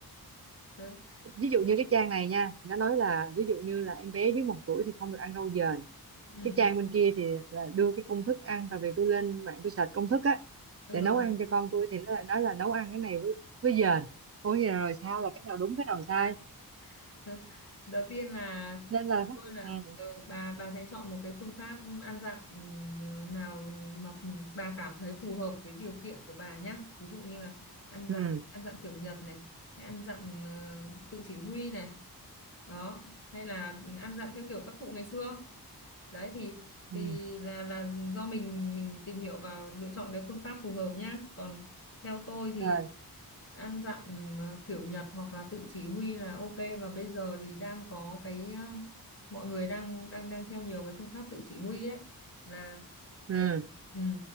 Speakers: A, on the left; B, on the right.
A: <laughs>
B: ví dụ như cái trang này nha thì nó nói là ví dụ như là em bé dưới một tuổi thì không được ăn rau dền
A: Ừ.
B: cái trang bên kia thì là đưa cái công thức ăn tại vì tôi lên mạng tôi search công thức á
A: Ừ.
B: để nấu ăn cho con tôi thì nó lại nói là nấu ăn cái này với với dền ôi giờ rồi sao là cái nào đúng cái nào sai
A: <laughs> đầu tiên là
B: nên là
A: theo tôi là
B: ừ
A: ờ, bà bà sẽ chọn một cái phương pháp ăn dặm ừm, nào mà mình bà cảm thấy phù hợp với điều kiện của bà nhá ví dụ như là ăn dặm
B: ừ,
A: ăn dặm kiểu Nhật này hay ăn dặm ờ, tự chỉ huy này đó hay là ăn dặm theo kiểu các cụ ngày xưa đấy thì
B: ừ.
A: thì là là do mình mình tìm hiểu và lựa chọn cái phương pháp phù hợp nhá còn theo tôi thì
B: rồi
A: ăn dặm ờ, kiểu Nhật hoặc là tự chỉ huy là ok và bây giờ thì đang có cái ờ, mọi người đang đang đang theo nhiều cái phương pháp tự chỉ huy ấy là
B: ừ
A: là ừ,